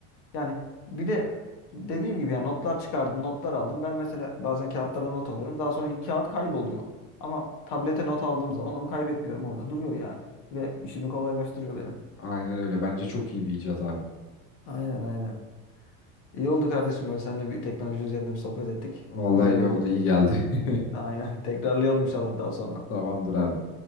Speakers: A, on the left; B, on the left.
A: Yani bir de dediğim gibi yani notlar çıkardım, notlar aldım. Ben mesela bazen kağıtlara not alıyorum. Daha sonra kağıt kayboluyor. Ama tablete not aldığım zaman onu kaybetmiyorum. Orada duruyor yani. Ve işimi kolaylaştırıyor benim.
B: Aynen öyle. Bence çok iyi bir icat abi.
A: Aynen aynen. İyi oldu kardeşim böyle seninle bir teknoloji üzerine bir sohbet ettik.
B: Vallahi
A: Güzel
B: iyi
A: oldu.
B: oldu, iyi geldi. <laughs>
A: Aynen. <laughs> Tekrarlayalım inşallah daha sonra.
B: Tamamdır abi.